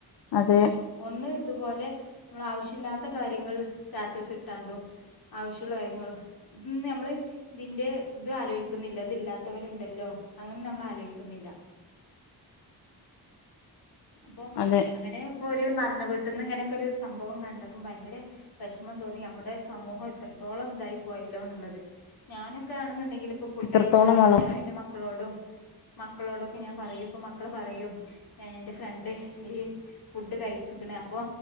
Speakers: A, on the left (about 80°); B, on the left (about 65°).
A: അതെ
B: ഒന്ന് ഇതുപോലെ നമ്മൾ ആവശ്യല്ലാത്ത കാര്യങ്ങൾ സ്റ്റാറ്റസ് ഇട്ടാണ്ടും ആവശ്യമുള്ള കാര്യങ്ങൾ ഇന്ന് നമ്മള് ഇതിന്റെ ഇത് ആലോചിക്കുന്നില്ല ഇതില്ലാത്ത ത്തവരുണ്ടല്ലോ അങ്ങനെ നമ്മൾ ആലോയ്ക്കുന്നില്ല അപ്പൊ
A: അതെ
B: അങ്ങനെ ഇപ്പൊ ഒരു മരണ വീട്ടിന്ന് ഇങ്ങനെയൊക്കെ ഒരു സംഭവം കണ്ടപ്പോം ഭയങ്കര വെഷമം തോന്നി നമ്മുടെ സമൂഹം ഇത്രത്തോളം ഇതായി പോയല്ലോ എന്നുള്ളത് ഞാനൊക്കെ ആണെന്നുണ്ടെങ്കിൽ ഇപ്പോൾ ഫുഡ്
A: ഇത്രത്തോളം
B: അയക്കുന്നാണെങ്കില്
A: വള
B: ഞാന് എൻ്റെ മക്കളോടും മക്കളോടൊക്കെ ഞാൻ പറയും ഇപ്പൊ മക്കൾ പറയും ഞാൻ എൻ്റെ ഫ്രണ്ട് ഈ ഫുഡ് കഴിച്ക്കണ് അപ്പൊ